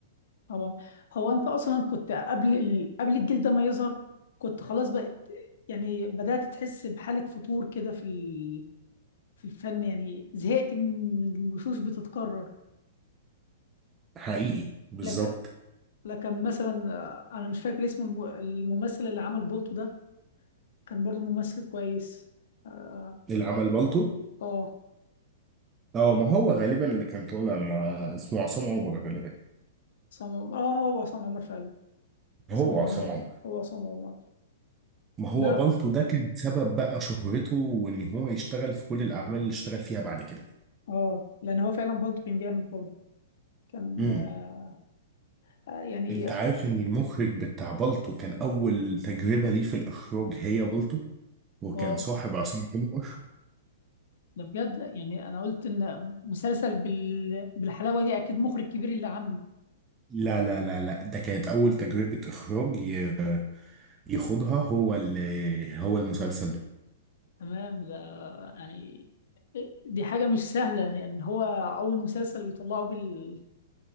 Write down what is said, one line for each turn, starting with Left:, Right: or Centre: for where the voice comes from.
Left: طبعا هو انت اصلا كنت قبل ال... قبل الجيل ده ما يظهر كنت خلاص بقت يعني بدأت تحس بحالة فتور كده في ال... في الفن يعني زهقت من الوشوش بتتكرر
Right: حقيقي بالظبط
Left: لكن لكن مثلا آه، انا مش فاكر اسمه الم... الممثل اللي عمل بولتو ده كان برضو ممثل كويس اه
Right: العمل بالطو
Left: اه
Right: اه ما هو غالبا اللي كان طالع مع اسمه عصام عمر غالبا
Left: عصام عمر اه هو عصام عمر فعلا عصام
Right: هو عصام
Left: عمر
Right: عمر
Left: هو عصام عمر
Right: ما هو
Left: ده
Right: بالطو ده كان سبب بقى شهرته وان هو يشتغل في كل الاعمال اللي اشتغل فيها بعد كده
Left: اه لان هو فعلا بولتو كان جامد برضه كان
Right: امم
Left: آه آه، يعني
Right: انت عارف ان المخرج بتاع بالطو كان اول تجربة ليه في الاخراج هي بالطو وكان
Left: اه
Right: صاحب عصام عمر
Left: ده بجد يعني انا قلت ان مسلسل بال... بالحلاوه دي اكيد مخرج كبير اللي عامله
Right: لا لا لا لا ده كانت اول تجربة اخراج ي- يخوضها هو ال- هو المسلسل ده
Left: تمام ده يعني دي حاجه مش سهله يعني هو اول مسلسل ويطلعه بال...